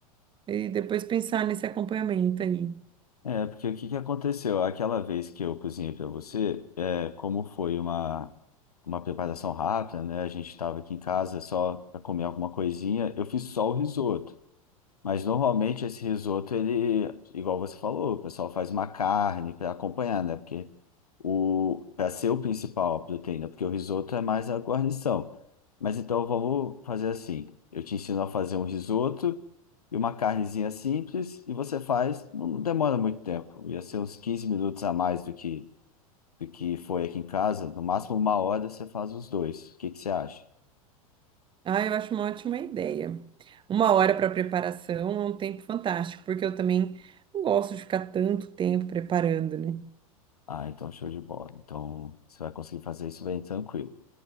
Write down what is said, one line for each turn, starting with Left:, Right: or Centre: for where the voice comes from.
Right: e depois pensar nesse acompanhamento aí.
Left: É, porque o que que aconteceu? Aquela vez que eu cozinhei para você, é, como foi uma, uma preparação rápida, né? A gente estava aqui em casa só para comer alguma coisinha, eu fiz só o risoto. Mas normalmente esse risoto, ele, igual você falou, o pessoal faz uma carne para acompanhar, né? Porque o para ser o principal a proteína, porque o risoto é mais a guarnição. Mas então vamos fazer assim. Eu te ensino a fazer um risoto e uma carnezinha simples e você faz, não não demora muito tempo. Ia ser uns 15 minutos a mais do que do que foi aqui em casa, no máximo uma hora você faz os dois. O que que você acha?
Right: Ah, eu acho uma ótima ideia. Uma hora para preparação é um tempo fantástico, porque eu também não gosto de ficar tanto tempo preparando, né?
Left: Ah, então show de bola. Então você vai conseguir fazer isso bem tranquilo.